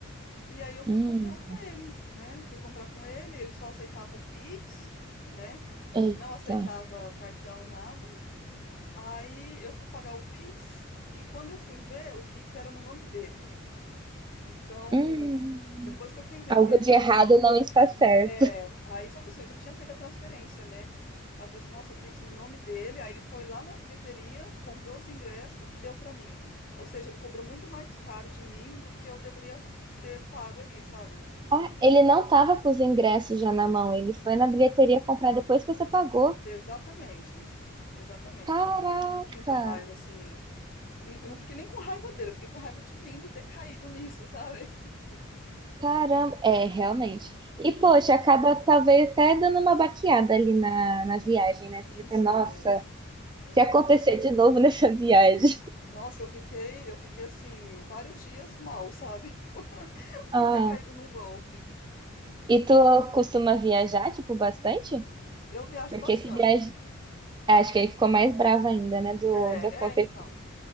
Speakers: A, on the left; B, on the right.
A: E aí eu fui
B: Hum,
A: comprar com ele, né? Fui comprar com ele, ele só aceitava Pix, né?
B: eita.
A: Não aceitava cartão, nada. Aí eu fui pagar o Pix e quando eu fui ver, o Pix era no nome dele. Então,
B: Hum,
A: depois que eu fui ver
B: algo
A: que ele.
B: de errado não está certo.
A: É, aí só que assim, eu já tinha feito a transferência, né? Aí eu falei assim, nossa, o Pix no nome dele. Aí ele foi lá na bilheteria, comprou os ingressos e deu pra mim. Ou seja, ele cobrou muito mais caro de mim do que eu deveria ter pago ali, sabe?
B: Ah, ele não tava com os ingressos já na mão, ele foi na bilheteria comprar depois que você pagou.
A: Exatamente. Exatamente.
B: Caraca!
A: Eu fiquei com muita raiva, assim. N- Eu não fiquei nem com raiva dele, eu fiquei com raiva de mim de ter caído nisso, sabe? <laughs>
B: Caramba! É, realmente. E,
A: É,
B: poxa, acaba talvez até dando uma baqueada ali na, na viagem,
A: sim,
B: né? Você fica,
A: sim.
B: nossa,
A: É.
B: se acontecer de novo nessa <laughs> viagem.
A: Nossa, eu fiquei, eu fiquei assim, vários dias mal, sabe? <laughs>
B: Ah,
A: Por ter caído num golpe.
B: e tu costuma viajar, tipo, bastante?
A: Eu viajo
B: Porque
A: bastante.
B: esse viagem. Acho que ele ficou mais bravo ainda, né? Do,
A: É,
B: do acontecer.
A: é, então,